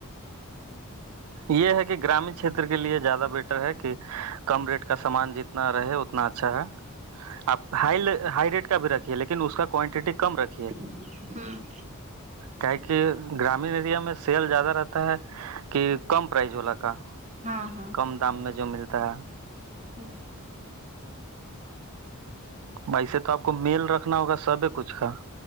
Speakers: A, on the right; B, on the right.
A: یہ ہے کہ گرامین چھیتر کے لیے زیادہ بیٹر ہے کہ کم ریٹ کا سامان جت اتنا رہے اتنا اچھا ہے آپ ہائی ہائی ریٹ کا بھی رکھیے لیکن اس کا کوانٹیٹی کم رکھیے
B: ہوں
A: کیا ہے کہ گرامین ایریا میں سیل زیادہ رہتا ہے کہ کم پرائز والا کا
B: ہاں ہاں
A: کم دام میں جو ملتا ہے
B: ہوں
A: بسے تو آپ کو میل رکھنا ہوگا سبھی کچھ کا